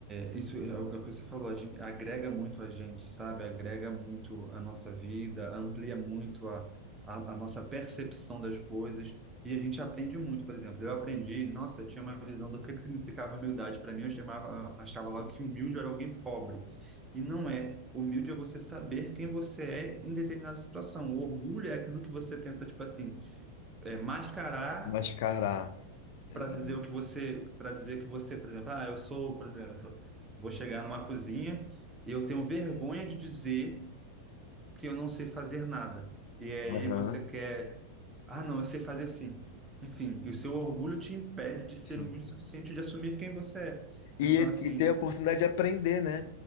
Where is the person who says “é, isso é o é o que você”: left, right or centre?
Right